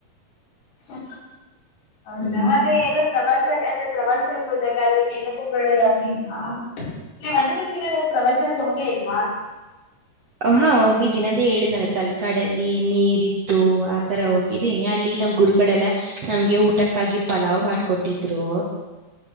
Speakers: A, on the left; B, on the right.
A: ಹ ಹೌದಾ
B: ಹ್ಮ್
A: ಮತ್ತೆ ಎಲ್ಲ ಪ್ರವಾಸ ಅಂದ್ರೆ ಪ್ರವಾಸಕ್ಕೆ ಹೋದಾಗ ಅಲ್ಲಿ ನೆನಪುಗಳು ಯಾವ್ದೀ ಹಾ ಇ ಒಂಚ ದಿನ ನೀವು್ ಪ್ರವಾಸಕ್ ಹೋಗೇ ಇಲ್ವಾ
B: ಹಾ ಹೋಗಿದ್ದೀನಿ ಅದೇ ಹೇಳಿದ್ನಲ್ಲ ತಲ್ಕಾಡಲ್ಲಿ ನೀರ್ ಇತ್ತು ಆತರ ಹೋಗಿದ್ದೀನಿ ಅಲ್ಲಿ ನಮ್ ಗುರು ಗಳೆಲ್ಲ ನಮ್ಗೆ ಊಟಕ್ಕಾಗಿ ಪಲಾವ್ ಮಾಡ್ಕೊಟ್ಟಿದ್ರು